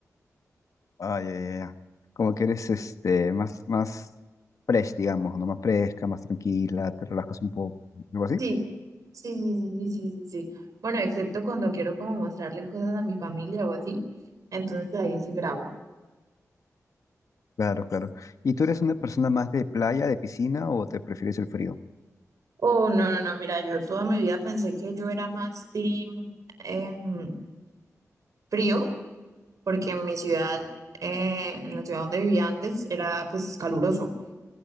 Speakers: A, on the left; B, on the right.
A: Ah, ya, ya, ya. Como que eres este, más, más fresh, digamos, ¿no? Más fresca, más tranquila, te relajas un poco, algo así.
B: Sí, sí, sí, sí, sí, sí, sí. Bueno, excepto cuando quiero como mostrarle cosas a mi familia o así, entonces ahí sí grabo.
A: Claro, claro. ¿Y tú eres una persona más de playa, de piscina o te prefieres el frío?
B: Oh, no, no, no, mira, yo toda mi vida pensé que yo era más team em, frío, porque en mi ciudad, eh, en la ciudad donde vivía antes, era pues caluroso,